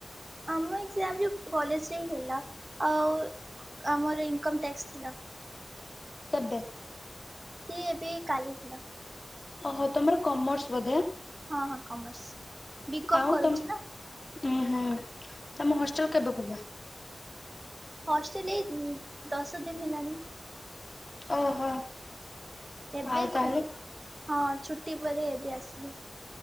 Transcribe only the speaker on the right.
ଆମ ଏକ୍ଜାମ ଯୋଉ କଲେଊଜ ରେ ହିଁ ହେଲା ଆଉ ଆମର ଇନକମ୍ ଟ୍ୟାକ୍ସ ଥିଲା।
ସିଏ ଏବେ କାଲି ଥିଲା।
ହଁ ହଁ କମର୍ସ। ବି କମ୍
କରୁଛି
ନା।
ହଷ୍ଟେଲ ଏଇ ଦଶ ଦିନ ହେଲାଣି।
ଏବେ
ଖୋଲି ହଁ ଛୁଟି ପରେ ଏବେ ଆସିଲି।